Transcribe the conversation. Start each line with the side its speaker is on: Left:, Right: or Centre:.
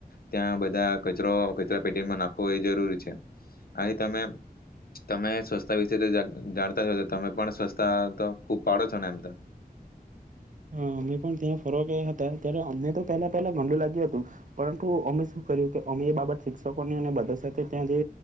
Left: ત્યાં બધા કચરો કચરા પેટીમાં નાખવો એ જરૂરી છે આ તમે તમે સ્વસ્તા વિશે જાણતા છો તો તમે પણ સ્વસ્તા તો ખૂબ પાડો છો ને એમ તો
Right: હા અમે પણ ત્યાં ફરવા ગયા હતા ત્યારે અમને તો પહેલા પહેલા ગંડું લાગ્યું હતું પરંતુ અમે શું કર્યું કે અમે એ બાબત શિક્ષકોની અને બધા સાથે ત્યાં જે